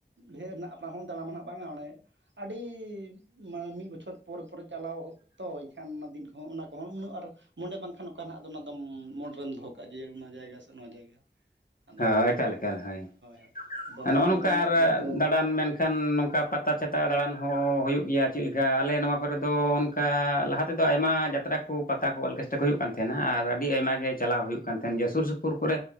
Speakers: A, on the right; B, on the left.
A: ᱰᱷᱮᱨ ᱱᱟᱜ ᱟᱯᱱᱟᱨ ᱦᱚᱸ ᱫᱟᱬᱟᱢᱟ ᱱᱟᱦᱟᱜ ᱵᱟᱝᱟ ᱚᱱᱮ ᱟᱹᱰᱤ ᱢᱟᱱᱮ ᱢᱤᱫ ᱵᱚᱪᱷᱚᱨ ᱯᱚᱨᱮ ᱯᱚᱨᱮ ᱪᱟᱞᱟᱣ ᱛᱚ ᱮᱱᱠᱷᱟᱱ ᱚᱱᱟ ᱫᱤᱱ ᱠᱚᱦᱚᱸ ᱚᱱᱟ ᱠᱚᱦᱚᱸ ᱩᱱᱟᱹᱜ ᱟᱨ ᱢᱚᱱᱮ ᱵᱟᱝᱠᱷᱟᱱ ᱚᱱᱠᱟᱱᱟᱜ ᱦᱟᱱᱟᱜ ᱫᱚ ᱚᱱᱟ ᱫᱚ ᱢᱩᱴ ᱨᱮᱢ ᱫᱚᱦᱚ ᱠᱟᱜᱼᱟ ᱡᱮ ᱚᱱᱟ ᱡᱟᱭᱜᱟ ᱥᱮ ᱚᱱᱟ ᱡᱟᱭᱜᱟ ᱟᱫᱚ
B: ᱦᱳᱭ ᱮᱠᱟᱞ ᱮᱠᱟᱞ ᱦᱳᱭ
A: ᱦᱳᱭ ᱵᱟᱝ
B: ᱱᱚᱜᱼᱚ ᱱᱚᱝᱠᱟ
A: ᱵᱟᱝ
B: ᱟᱨ
A: ᱩᱭᱦᱟᱹᱨ ᱫᱚᱦᱚ
B: ᱫᱟᱬᱟᱱ
A: ᱠᱟᱱᱟ
B: ᱢᱮᱱ ᱮᱠᱷᱟᱱ ᱱᱚᱝᱠᱟ ᱯᱟᱛᱟ ᱪᱷᱟᱛᱟ ᱫᱟᱬᱟᱱ ᱦᱚᱸ ᱦᱩᱭᱩᱜ ᱜᱮᱭᱟ ᱪᱮᱫ ᱞᱮᱠᱟ ᱟᱞᱮ ᱱᱚᱣᱟ ᱠᱚᱨᱮ ᱫᱚ ᱚᱱᱠᱟ ᱞᱟᱦᱟ ᱛᱮᱫᱚ ᱟᱭᱢᱟ ᱡᱟ ᱛᱲᱟ ᱠᱚ ᱯᱟᱛᱟ ᱠᱚ ᱚᱨᱠᱮᱥᱴᱟᱨ ᱠᱚ ᱦᱩᱭᱩᱜ ᱠᱟᱱ ᱛᱟᱦᱮᱱᱟ ᱟᱨ ᱟᱹᱰᱤ ᱟᱭᱢᱟ ᱜᱮ ᱪᱟᱞᱟᱣ ᱦᱩᱭᱩᱜ ᱠᱟᱱ ᱛᱟᱦᱮᱱ ᱜᱮᱭᱟ ᱥᱩᱨ ᱥᱩᱯᱩᱨ ᱠᱚᱨᱮ